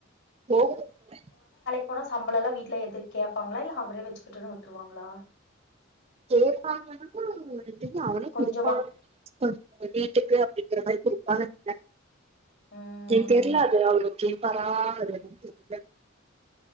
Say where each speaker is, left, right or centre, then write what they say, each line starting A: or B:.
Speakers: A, on the right; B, on the left.
A: போகுனும்லெ
B: போன சம்பளளால்லாம் வீட்டுல எதுக் கேப்பாங்களா இல்ல அவரே வெச்சுக்கிட்டுன்னு வுட்டுருவாங்களா
A: கேப்பாங்கனா தெரிஞ்சி அவனே
B: கொஞ்சமா
A: குடுப்பா ம் வீட்டுக்கு அப்டிங்குறே மாரி குடுப் பணத்த
B: ம்
A: என்க் தெரல அது அவரகே கொடுப்பாரா அதுல தெரியல